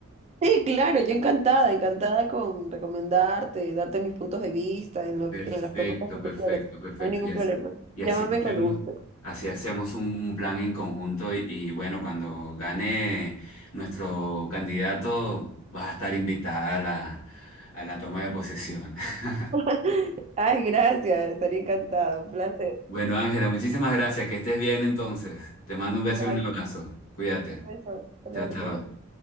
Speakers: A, on the right; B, on the left.
A: Sí, claro, yo encantada, encantada con recomendarte, darte mis puntos de vista en lo,
B: Perfecto,
A: en las propuestas que
B: perfecto,
A: tú quieras.
B: perfecto.
A: No hay ningún
B: Y así,
A: problema.
B: y
A: Llámame
B: así hacemos,
A: cuando guste.
B: así hacemos un, un plan en conjunto y, y bueno, cuando gane nuestro candidato, vas a estar invitada a la, a la toma de posesión. <laughs>
A: <laughs> Ay, gracias, estaría encantado, un placer.
B: Bueno, Ángela, muchísimas gracias. Que estés bien entonces. Te mando un
A: Igual,
B: beso y un abrazo. Cuídate.
A: un beso. Hasta luego,
B: Chao, chao.
A: cuídate.